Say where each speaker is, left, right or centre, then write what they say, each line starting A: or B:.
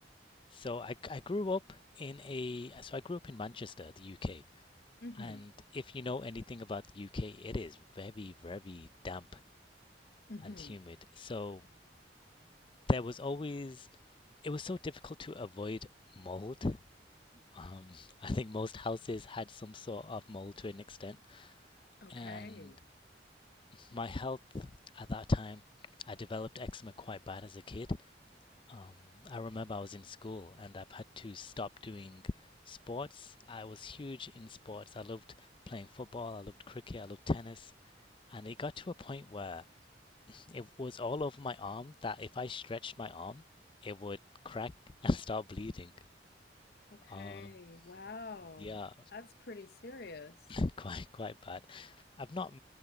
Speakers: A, on the left; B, on the left.
A: so I I grew up in a so I grew up in Manchester, the UK.
B: Mm-hmm.
A: And if you know anything about the UK, it is very, very damp
B: Mm-hmm.
A: and humid. So there was always it was so difficult to avoid mold. Um, <laughs> I think most houses had some sort of mold to an extent.
B: Okay.
A: And my health at that time, I developed eczema quite bad as a kid. Um, I remember I was in school and I've had to stop doing sports. I was huge in sports. I loved playing football, I loved cricket, I loved tennis. And it got to a point where it was all over my arm that if I stretched my arm, it would crack <laughs> and start bleeding.
B: Okay.
A: Um,
B: Wow.
A: yeah,
B: That's pretty serious.
A: <laughs> quite quite bad. I've not,